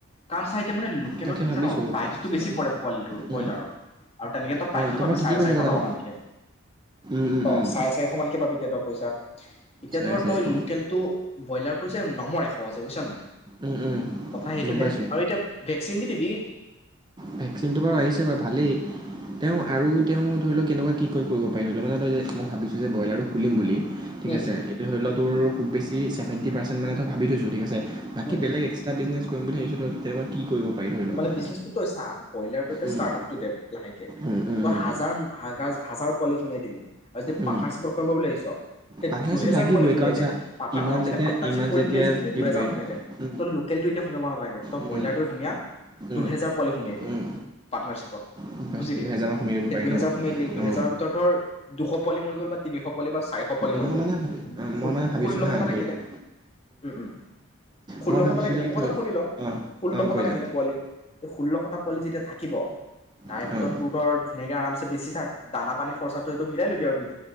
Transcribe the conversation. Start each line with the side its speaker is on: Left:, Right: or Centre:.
Left: কাৰণ চা এতিয়া মানে লোকেলত
Right: তাকে
Left: কি
Right: ভাবিছোঁ
Left: জান প্ৰাইচটো
Right: পাৰ্টনাৰশ্বিপত
Left: বেছি পৰে পোৱালিটোৰ
Right: উম।
Left: ব্ৰইলাৰৰ আৰু তেনেকে তই
Right: অ'
Left: প্ৰাইজো পাবি
Right: বাৰু ঠিকেই
Left: চাৰে
Right: কৈছ
Left: চাৰিশ
Right: কথাটো
Left: টকা মানকে।
Right: উম, উম,
Left: অ
Right: উম।
Left: চাৰে চাৰিশ মানকে পাবি তই পইচা। এতিয়া
Right: চাৰে
Left: ধৰ
Right: চাৰিশ
Left: তই লোকেলটো ব্ৰইলা <unintelligible> নমৰে সহজে বুইছ নে নাই।
Right: উম, উম,
Left: কথা সেইটোহে।
Right: গম পাইছোঁ।
Left: আৰু এতিয়া ভেকচিনটো দিবি।
Right: ভেকচিনটো বাৰু আহিছে বাৰু ভালেই। তেওঁ আৰু তেওঁ ধৰি লওক কেনেকুৱা কি কয় কৰিব পাৰি? ধৰি লওক মানে ধ মই ভাবিছোঁ যে ব্ৰইলাৰটো খুলিম বুলি ঠিক
Left: উম
Right: আছে।
Left: উম
Right: এইটো ধৰি ল টোৰ খুব বেছি <unintelligible> চেভেটি পাৰ্চেণ্ট মানে এটা ভাবি থৈছোঁ ঠিক আছে।
Left: উম উম
Right: বেলেগ এক্সট্ৰা বিজনেছ কৰিম বুলি ভাবিছ তই তেনেকুৱা কি কৰিব পাৰি ধৰি লওক
Left: মানে বিজনেচটো তই চা, ব্ৰইলাটো এতিয়া
Right: উম
Left: ষ্টাৰ্টআপটো দে লাহেকে,
Right: উম উম
Left: তই
Right: উম
Left: হাজাৰ হাজা হাজাৰ পোৱালি সোমিয়াই দিলি আৰু যদি
Right: উম
Left: পাৰ্টনাৰশ্বিপত কম বুলি ভাবিছ তে
Right: পাৰ্টনাৰশ্বিপ
Left: দুহেজাৰ
Right: লাগিবই
Left: পোৱালি সোমিয়াই
Right: কাৰণ
Left: দে।
Right: চা
Left: পাৰ্টনাৰ
Right: ইমান
Left: অ তেন্তে
Right: যেতিয়া
Left: পাৰ্টনাৰশ্বিপ
Right: ইমান
Left: কৰিম
Right: যেতিয়া
Left: বুলি যদি
Right: থাকিবই
Left: দুহেজাৰ
Right: উম
Left: সোমিয়াই দে। তই লোকেলটো এতিয়া সোমিয়াব নালাগে তই
Right: উম
Left: ব্ৰইলাৰটোৱে সোমিয়া।
Right: উম
Left: দুহেজাৰ পোৱালি সোমিয়াই দিয়া
Right: উম
Left: পাৰ্টনাৰশ্বি
Right: গম পাইছোঁ,
Left: বুজিলি,
Right: দুহেজাৰমান সোমিয়াই দিব পাৰি
Left: দুহেজাৰ
Right: ন
Left: সোমিয়াই দিলি দুহেজাৰৰ
Right: অ
Left: ভিতৰত ধৰ দুশ পোৱালি মৰি গ'ল বা তিনিশ পোৱালি বা চাৰিশ পোৱালি মৰি
Right: মই
Left: গ'ল,
Right: মানে ভাবি অঁ
Left: ষোল্ল
Right: মই মানে ভাবিছোঁ
Left: ষোল্লশটা
Right: হা ধৰি
Left: থাকিলে,
Right: লওক
Left: উম উম ষোল্লশটা
Right: মই ভাবিছোঁ
Left: থাকিলে
Right: যে কি
Left: মোৰ
Right: ধৰি
Left: কথাটো শুনি ল,
Right: অ
Left: ষোল্লশটা
Right: অ কৈ যা
Left: থাকিলে পোৱালি ষোল্লশটা পোৱালি যেতিয়া থাকিব তাইৰ
Right: অ
Left: ভিতৰত
Right: অ
Left: তোৰধৰ ধুনীয়াকে আৰামছে বেচি থাক দানা পানী খৰচটোতটো টো মিলাই লবি আৰু দুই